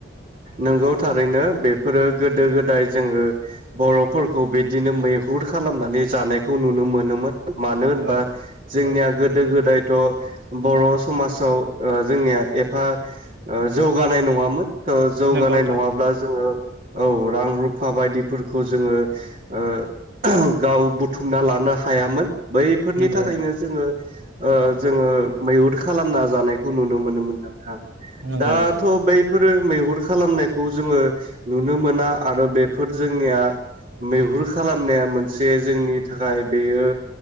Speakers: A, on the right (about 45°); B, on the right (about 70°).
A: नंगौ थारैनो बेफोरो गोदो गोदाय जोङो बर' फोरखौ बिदिनो मैहुर खालामनानै जानायखौ नुनो मोनोमोन। मानो होनबा
B: औ
A: जोंनिया
B: औ
A: गोदो गोदाय। थ' बर' समाजाव ओ जोंनिया एफा ओ जौगानाय नङामोन। ओ जौगानाय
B: नंगौ नोंथां
A: नङाब्ला
B: नंगौ
A: जोङो। औ रां रुफा बायदिफोरखौ जोङो ओह गाव बुथुमना लानो हायामोन। बैफोरनि
B: नंगौ
A: थाखायनो
B: नोंथां
A: जोङो ओह
B: औ
A: जोङो। मैहुर खालामना जानायखौ नुनो मोनोमोन्दोमोन ना। <unintelligible>
B: नंगौ
A: दाथ'
B: नंगौ नोंथां
A: बैफोरो। मैहुर खालामनायखौ जोङो नुनो मोना आरो बेफोर जोंनिया मैहुर खालामनाया मोनसे जोंनि थाखाय बेयो